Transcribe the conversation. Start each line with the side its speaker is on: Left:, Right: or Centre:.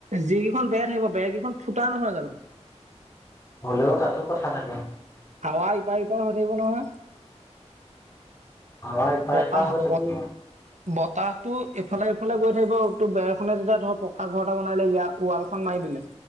Right: যিকিখন বেয়া থাকিব বেৰ কেইখন ফুটা নহয় জানো।
Left: হলেও তাতো কথা থাকে।
Right: হাৱা ইপাৰ সিপাৰ হৈ থাকিব নহয়।
Left: হয় ইপাৰ
Right: বতাহ
Left: সিপাৰ হৈ থাকিব
Right: বত বতাহটো এইফালে সেইফালে গৈ থাকিব। টো বেৰ খনে যেতিয়া ধৰ পকা ঘৰ এটা বনালে ইয়া ৱালখন মাৰি দিলে